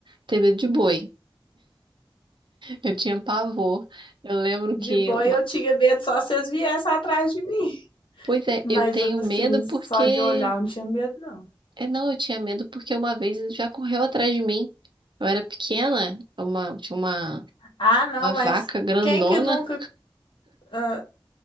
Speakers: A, on the right; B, on the left.
A: ter medo de boi. Eu tinha pavor. Eu lembro que.
B: De boi
A: uma-
B: eu tinha medo só se eles viessem atrás de mim.
A: Pois é,
B: Mas
A: eu tenho
B: assim,
A: medo porque.
B: só de olhar eu não tinha medo, não.
A: É, não, eu tinha medo porque uma vez ele já correu atrás de mim. Eu era pequena, uma... tinha uma...
B: Ah, não,
A: uma
B: mas
A: vaca grandona.
B: quem que nunca. ah,